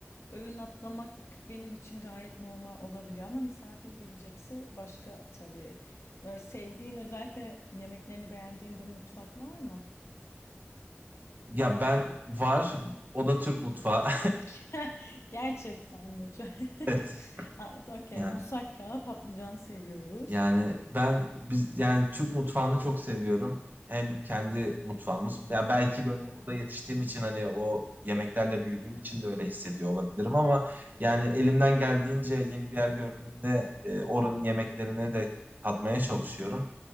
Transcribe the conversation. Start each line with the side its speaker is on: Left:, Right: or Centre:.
Left: öğün atlamak benim için gayet normal olabiliyor ama misafir gelecekse başka tabii. Böyle sevdiğin özellikle yemeklerini beğendiğin bir mutfak var mı?
Right: Ya ben var, o da Türk mutfağı. <laughs>
Left: <laughs> Gerçekten mi? Çok- <laughs>
Right: Evet.
Left: Ha, Okey,
Right: Yani.
Left: musakka, patlıcan seviyoruz.
Right: Yani ben biz yani Türk mutfağını çok seviyorum. Hem kendi mutfağımız ya belki böyle orada yetiştiğim için hani o yemeklerle büyüdüğüm için de öyle hissediyor olabilirim ama yani elimden geldiğince yeni bir yer gördüğümde e, oranın yemeklerini de tatmaya çalışıyorum.